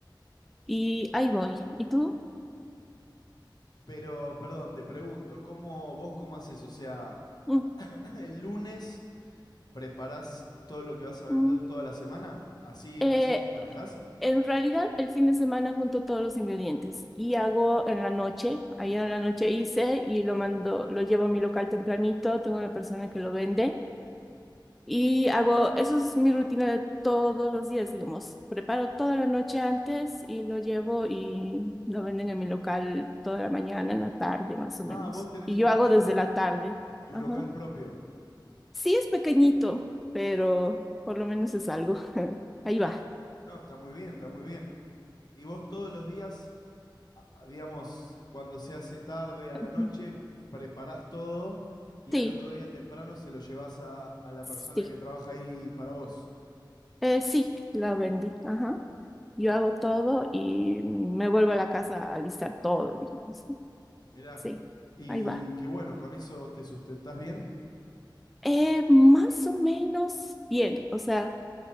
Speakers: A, in the centre; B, on the left (about 55°).
A: Y ahí voy. ¿Y tú?
B: Pero, perdón, te pregunto, ¿cómo vos cómo haces? O sea, <laughs>
A: Mm.
B: el lunes preparás todo lo que vas a vender
A: Mm.
B: toda la semana, así,
A: Eh,
B: así te manejás.
A: En realidad, el fin de semana junto todos los ingredientes y hago en la noche. Ayer en la noche hice y lo mando, lo llevo a mi local tempranito. Tengo una persona que lo vende y hago, eso es mi rutina de todos los días, digamos. Preparo toda la noche antes y lo llevo y lo venden en mi local toda la mañana, en la tarde, más o menos.
B: Ah, vos tenés
A: Y yo
B: tu,
A: hago
B: eh,
A: desde la tarde.
B: tu
A: Ajá.
B: local propio.
A: Sí es pequeñito, pero por lo menos es algo. <laughs> Ahí va.
B: No, está muy bien, está muy bien. ¿Y vos todos los días digamos, cuando se hace tarde a la
A: Ujú.
B: noche, preparás todo y
A: Sí,
B: al otro día temprano se lo llevas a, a la
A: sí.
B: persona que trabaja ahí para vos.
A: Eh, sí, la vendí. Ajá. Yo hago todo y me vuelvo a la casa a alistar todo, digamos. ¿no?
B: Mirá,
A: Sí,
B: y
A: ahí va.
B: qué bueno, con eso te sustentás bien.
A: Eh, más o menos bien, o sea,